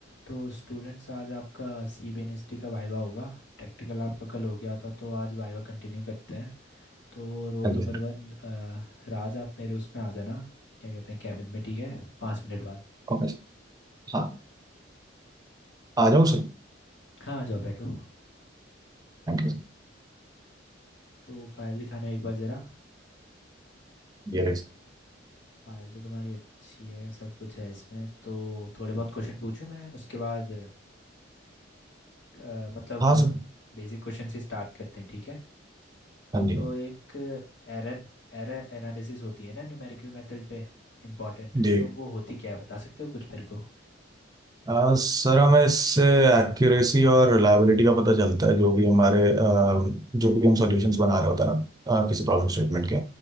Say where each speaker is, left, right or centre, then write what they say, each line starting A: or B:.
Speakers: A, on the left; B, on the right.
A: तो स्टूडेंट्स आज आपका C B N S T का वाइवा होगा प्रैक्टिकल आपका कल हो गया था तो आज वाइवा कंटिन्यू करते हैं तो रोल
B: and
A: नंबर वन अ, राज आप मेरे उसमें आ जाना क्या कहते हैं कैबिन में ठीक है पाँच मिनट बाद
B: okay, हाँ आ जाऊँ सर
A: हाँ आ जाओ बैठो
B: Thank
A: तो फाइल दिखाना एक बार ज़रा
B: you यस
A: फाइल तो तुम्हारी अच्छी है सब कुछ है इसमें तो थोड़े बहुत क्वेश्चन पूछूं मैं उसके बाद अ, मतलब
B: हाँ सर
A: बेसिक क्वेश्चन से स्टार्ट करते हैं ठीक है
B: हाँ जी
A: तो एक एरर एरर एनालिसिस होती है ना न्यूमेरिकल मेथड पे इम्पॉर्टेंट
B: जी
A: तो वो होती क्या है बता सकते हो कुछ मेरे को
B: आ, सर हमें इससे एक्यूरेसी और रिलायबिलिटी का पता चलता है जो भी हमारे आ, जो भी हम सॉल्यूशंस बना रहे होते हैं ना आ, किसी प्रॉब्लम स्टेटमेंट के